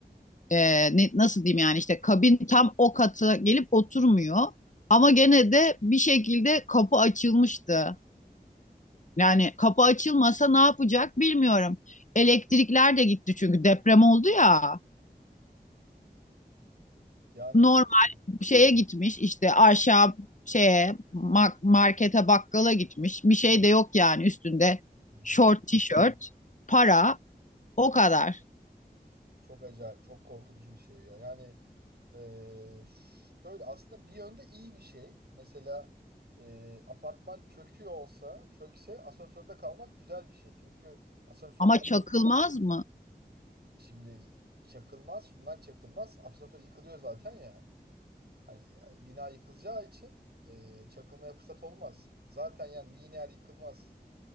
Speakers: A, on the left; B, on the right.
A: Ee, ne- nasıl diyeyim yani işte kabin tam o kata gelip oturmuyor. Ama gene de bir şekilde kapı açılmıştı. Yani kapı açılmasa ne yapacak bilmiyorum. Elektrikler de gitti çünkü deprem oldu ya.
B: Yani
A: Normal
B: e,
A: şeye gitmiş işte aşağı şeye ma- markete bakkala gitmiş. Bir şey de yok yani üstünde.
B: hı hı.
A: Şort, tişört, para o kadar.
B: çok acayip, çok korkutucu bir şey ya. Yani e, ş- şöyle aslında bir yönde iyi bir şey. Mesela e, apartman çöküyor olsa, çökse asansörde kalmak güzel bir şey. Çünkü asansör
A: Ama
B: kal-
A: çakılmaz mı?
B: E, şimdi çakılmaz, şundan çakılmaz. Asansör yıkılıyor zaten ya. Hani e, bina yıkılacağı için e, çakılmaya fırsat olmaz. Zaten yani lineer yıkılmaz.